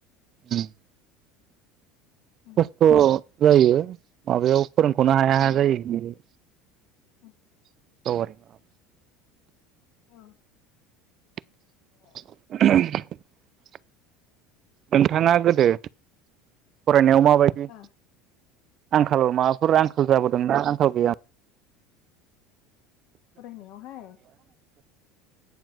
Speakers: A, on the right (about 45°); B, on the left (about 65°).
A: उम
B: उम
A: खस्थ जायो। माबायाव फोरोंखनो हाया
B: उम
A: हाया जायो ।
B: उम
A: <unintelligible>
B: औ
A: <unintelligible>
B: ओ
A: नोंथाङा गोदो फरायनायाव माबायदि
B: हा
A: आंखालाव मा फुरा आंखाल जाबोदों ना आंखाल गैया
B: फरायनायावहाय?